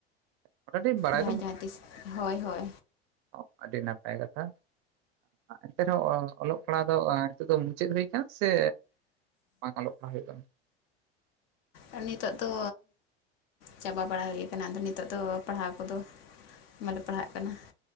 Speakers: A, on the right (about 45°); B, on the left (about 60°).
A: ᱢᱚᱴᱟᱢᱩᱴᱤ ᱵᱟᱲᱟᱭ
B: ᱡᱟᱦᱟᱸ ᱡᱟᱦᱟᱸ ᱛᱤᱥ ᱦᱳᱭ ᱦᱳᱭ᱾
A: ᱚ, ᱟᱹᱰᱤ ᱱᱟᱯᱟᱭ ᱠᱟᱛᱷᱟ, ᱮᱱᱛᱮ ᱨᱮᱦᱚᱸ ᱚᱞᱚᱜ ᱯᱟᱲᱦᱟᱜ ᱫᱚ ᱱᱤᱛᱚᱜ ᱫᱚ ᱢᱩᱪᱟᱹᱫ ᱦᱩᱭᱩ ᱠᱟᱱᱟ ᱥᱮ ᱵᱟᱝ ᱚᱞᱚᱜ ᱯᱟᱲᱦᱟᱜ ᱦᱩᱭᱩᱜ ᱠᱟᱱᱟ?
B: ᱟᱨ ᱱᱤᱛᱚᱜ ᱫᱚ ᱪᱟᱵᱟ ᱵᱟᱲᱟ ᱦᱩᱭ ᱟᱠᱟᱱᱟ ᱟᱫᱚ ᱱᱤᱛᱚᱜ ᱫᱚ ᱯᱟᱲᱦᱟᱣ ᱠᱚᱫᱚ, ᱵᱟᱞᱮ ᱯᱟᱲᱦᱟᱜ ᱠᱟᱱᱟ ᱾